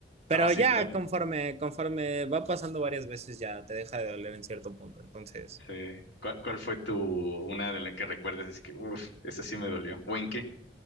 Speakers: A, on the right (about 35°); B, on the left (about 65°).
A: Pero
B: No, sí,
A: ya
B: claro.
A: conforme, conforme va pasando varias veces ya te deja de doler en cierto punto. Entonces,
B: sí. ¿Cuál, cuál fue tu, una de las que recuerdes? Así que, uff, esa sí me dolió. ¿O en qué?